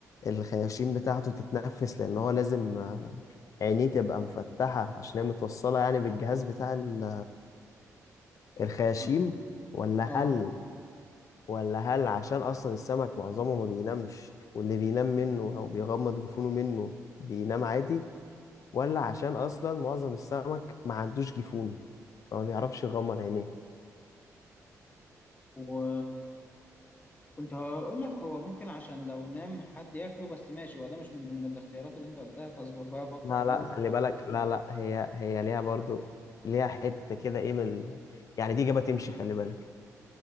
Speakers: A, on the left; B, on the left.
A: الخياشيم بتاعته تتنفس لأن هو لازم آه، عينيه تبقى مفتحة عشان هي متوصلة يعني بالجهاز بتاع ال- الخياشيم
B: اه
A: ولا
B: آه.
A: هل ولا هل عشان أصلا السمك معظمه ما بينامش واللي بينام منه أو بيغمض جفونه منه بينام عادي ولا عشان أصلا معظم السمك ما عندوش جفون فما بيعرفش يغمض عينيه
B: و كنت هقول لك هو ممكن عشان لو نام حد ياكله بس ماشي هو ده مش من ضمن الاختيارات اللي انت قلتها فاصبر بقى افكر
A: لا
B: فيهم
A: لا خلي بالك لا لا هي هي ليها برضو ليها حتة كده ايه من ال- يعني دي إجابة تمشي خلي بالك